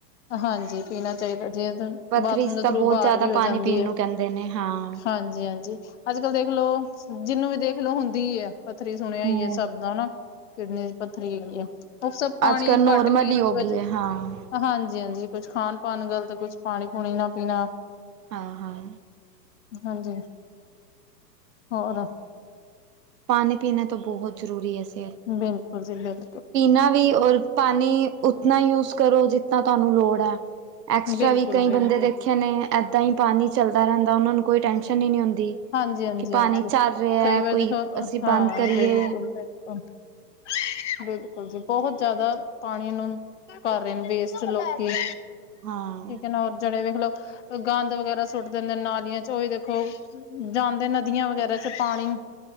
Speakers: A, on the left (about 45°); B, on the right (about 75°).
A: ਹਾਂਜੀ, ਪੀਣਾ ਚਾਈਦਾ, ਜਿਵੇ
B: ਪਥਰੀਸ
A: ਬਾਥਰੂਮ ਦੇ
B: ਤਾਂ
A: ਥਰੂ
B: ਬਹੁਤ
A: ਬਾਰ
B: ਜ਼ਿਆਦਾ
A: ਵੀ ਹੋ
B: ਪਾਣੀ
A: ਜਾਂਦੀ
B: ਪੀਣ
A: ਐ।
B: ਨੂੰ ਕਹਿੰਦੇ ਨੇ ਹਾਂ।
A: ਹਾਂਜੀ-ਹਾਂਜੀ। ਅੱਜ-ਕੱਲ ਦੇਖਲੋ ਜਿਨੂੰ ਵੀ ਦੇਖਲੋ ਹੁੰਦੀ ਐ, ਪੱਥਰੀ ਸੁਣਿਆ
B: ਹੂੰ।
A: ਈ ਆ ਸਭ ਦਾ ਹਨਾ। ਕਿਡਨੀ ਦੀ ਪੱਥਰੀ ਹੈਗੀ ਆ, ਓ ਸਭ ਪਾਣੀ
B: ਅੱਜ ਕੱਲ੍ਹ ਨੋਰਮਲ
A: ਘੱਟ ਪੀਣ
B: ਹੀ ਹੋ
A: ਦੀ ਵਜ
B: ਗਈ ਹੈ ਹਾਂ,
A: ਹਾਂਜੀ- ਹਾਂਜੀ ਕੁਛ ਖਾਣ- ਪਾਣ ਗ਼ਲਤ, ਕੁਛ ਪਾਣੀ- ਪੂਣੀ ਨਾ ਪੀਣਾ।
B: ਹਾਂ- ਹਾਂ।
A: ਹਾਂਜੀ। ਹੋਰ
B: ਪਾਣੀ -ਪੀਣਾ ਤੋਂ ਬੋਹਤ ਜ਼ਰੂਰੀ ਐ ਜੀ।
A: ਬਿਲਕੁਲ ਜੀ, ਬਿਲ
B: ਪੀਨਾ ਵੀ ਔਰ ਪਾਨੀ, ਉਤਨਾ ਯੂਜ ਕਰੋ ਜਿਤਨਾ ਤੁਆਨੂੰ ਲੋੜ ਹੈ। ਐਕਸਟਰਾ
A: ਬਿਲਕੁਲ
B: ਵੀ ਕਈ
A: ਬਿਲਕੁਲ
B: ਬੰਦੇ ਦੇਖੇ ਨੇ, ਐਦਾ ਹੀ ਪਾਨੀ ਚੱਲਦਾ ਰਹਿੰਦਾ ਉਹਨਾਂ ਨੂੰ ਕੋਈ ਟੈਂਸ਼ਨ ਹੀ ਨਹੀਂ ਹੁੰਦੀ।
A: ਹਾਂਜੀ- ਹਾਂਜੀ
B: ਕਿ ਪਾਣੀ
A: -ਹਾਂਜੀ
B: ਚੱਲ ਰਿਹਾ
A: ਕਈ ਵਾਰੀ
B: ਕੋਈ
A: ਹਾਂ।
B: ਅਸੀਂ ਬੰਦ ਕਰੀਏ
A: ਬਿਲਕੁਲ- ਬਿਲਕੁਲ। ਹੱ <unintelligible> ਬਿਲਕੁਲ ਜੀ। ਬਹੁਤ ਜਿਆਦਾ ਪਾਨੀ ਨੂੰ ਕਰ ਰਹੇ ਨੇ ਵੇਸਟ ਲੋਕੀ।
B: ਹਾਂ।
A: ਠੀਕ ਹੈ ਓ ਜਿਹੜੇ ਵੇਖ ਲੋ। ਗੰਦ ਵਗੈਰਾ ਸੁੱਟ ਦਿੰਦੇ ਨੇ ਨਾਲੀਆਂ ਚ' ਉ ਵੀ ਦੇਖੋ। ਜਾਂਦੇ ਨਦੀਆਂ ਵਗੈਰਾ ਚ' ਪਾਣੀ